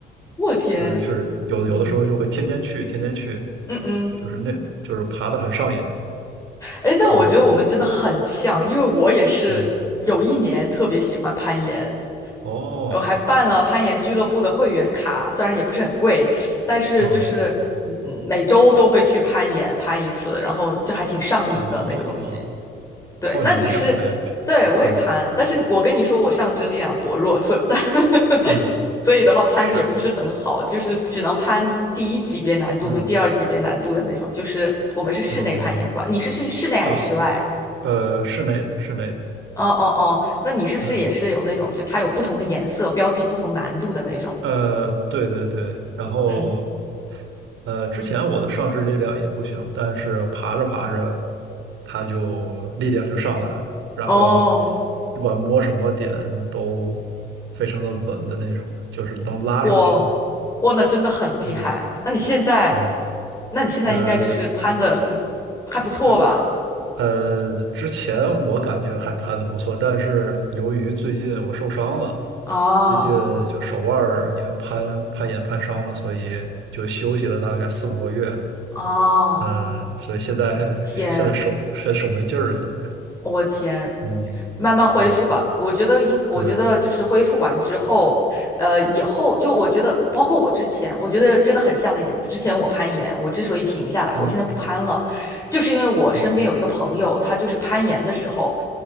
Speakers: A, on the left; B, on the right.
A: 我天，
B: 就是是有有的时候就会天天去，
A: 嗯
B: 天天去，
A: 嗯嗯，
B: 就是那就是爬的很上瘾。
A: 哎，那我觉得我们真的很像，
B: 嗯
A: 因为我也是有一年特别喜欢攀岩，
B: 嗯，哦，
A: 我还办了攀岩俱乐部的会员卡，虽然也不是很贵，但是就是嗯嗯，
B: 哦
A: 每周都会去攀岩，攀一次，然后就还挺上瘾的那个东西。
B: 哦
A: 对，
B: 哦，
A: 那你是，
B: 你也爬呀？这
A: 对，我也攀，
B: 嗯
A: 但是我跟你说，我上肢力量薄弱，所以，但 <laughs>
B: 嗯
A: 所以的话，攀的也不是很好，
B: 是
A: 就是只能攀第一级别难度和第二级别难度的那种。
B: 嗯
A: 就是我们是室内攀岩馆，
B: 啊
A: 你是室室内还是室外啊？
B: 啊呃，室内的室内的，
A: 哦哦哦，那你是不是也是有那种，
B: 嗯。
A: 就它有不同的颜色，标记不同难度的那种？
B: 呃，对对对，然后
A: 嗯，
B: 呃，之前我的上肢力量也不行，但是爬着爬着，它就力量就上来了，然后
A: 哦，
B: 不管摸什么点都非常的稳的那种，就是能拉上去的。
A: 我，我那真的很厉害。
B: 嗯
A: 那你现在，
B: 嗯，
A: 那你现在应该就是攀的，
B: 呃
A: 嗯，还不错吧？
B: 呃，呃之前我感觉还攀的不错，但是由于最近我受伤了，
A: 啊。
B: 最近就手腕儿因为攀攀岩攀伤了，所以就休息了大概四五个月。
A: 哦
B: 嗯，所以现在现在手现在手没劲儿了，
A: 天，
B: 现在，
A: 我天，
B: 嗯，
A: 慢慢恢复吧。
B: 对
A: 我觉得应，我觉得就是恢复完之后，
B: 对，
A: 呃，以后就我觉得，包括我之前，我觉得真的很像的一点，就是之前我攀岩，我之所以停下来，
B: 嗯
A: 我现在不攀了，就是因为我身边有一个朋友，
B: 嗯
A: 他就是攀岩的时候，